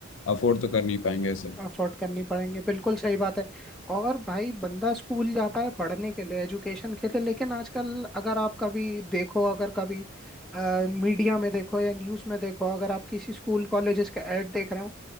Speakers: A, on the left; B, in the centre.
A: अफोर्ड तो कर नहीं पाएंगे सर
B: अफोर्ड करनी पड़ेंगे बिल्कुल सही बात है और भाई बंदा स्कूल जाता है पढ़ने के लिए एजुकेशन के लिए लेकिन आजकल अगर आप कभी देखो अगर कभी मीडिया में देखो या न्यूज़ में देखो अगर आप किसी स्कूल कॉलेजेस का एड देख रहे हो